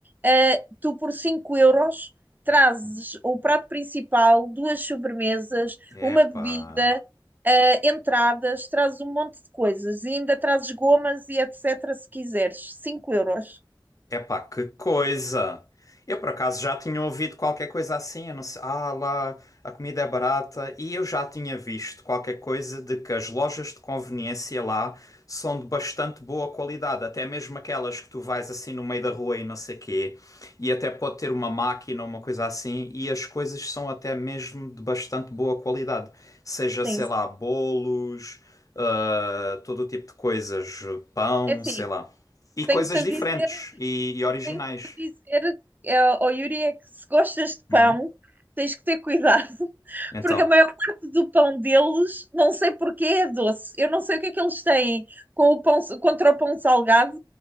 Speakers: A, on the right; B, on the left.
A: Ah, tu por 5 euros trazes o prato principal, duas sobremesas,
B: Epá.
A: uma bebida, ah, entradas, trazes um monte de coisas e ainda trazes gomas e etc. se quiseres. cinco euros.
B: Epá, que coisa! Eu por acaso já tinha ouvido qualquer coisa assim, eu não sei, ah lá, a comida é barata, e eu já tinha visto qualquer coisa de que as lojas de conveniência lá são de bastante boa qualidade, até mesmo aquelas que tu vais assim no meio da rua e não sei quê, e até pode ter uma máquina ou uma coisa assim, e as coisas são até mesmo de bastante boa qualidade, seja,
A: Sim.
B: sei lá, bolos, ah, todo o tipo de coisas, pão,
A: É assim,
B: sei lá. E coisas
A: Tenho-te a
B: diferentes
A: dizer,
B: e, e originais.
A: tenho-te a dizer, eh, ó Yuri, é que se gostas de
B: Uhum.
A: pão, tens que ter cuidado, <laughs>
B: Então,
A: porque a maior parte do pão deles, não sei porquê, é doce. Eu não sei o que é que eles têm com o pão, contra o pão salgado,